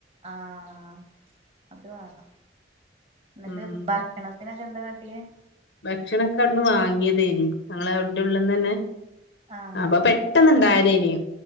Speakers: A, on the right (about 35°); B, on the left (about 75°).
A: ആഹ് അത് വേണം എന്നട്ട്
B: ഉം
A: ബാക്കിയെണ്ണത്തിന്ക്കെ എന്താകാട്ടിയെ
B: ഭക്ഷണൊക്കെ അവിടുന്ന് വാങ്ങിയതേനു ഞങ്ങളെ അതിന്റെ ഉള്ളിൽന്ന് തന്നെ
A: ആഹ്
B: അപ്പൊ പെട്ടെന്ന ഇണ്ടായതനി